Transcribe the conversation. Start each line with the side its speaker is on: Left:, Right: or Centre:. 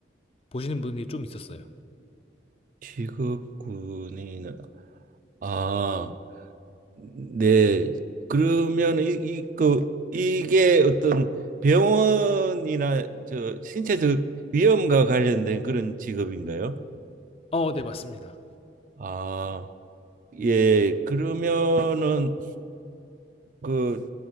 Left: 보시는 분들이 좀 있었어요.
Right: 직업군인 아, 네. 그러면 이, 이, 그, 이게 어떤 병원이나 저 신체적 위험과 관련된 그런 직업인가요?
Left: 어, 네, 맞습니다.
Right: 아, 예, 그러면은 그,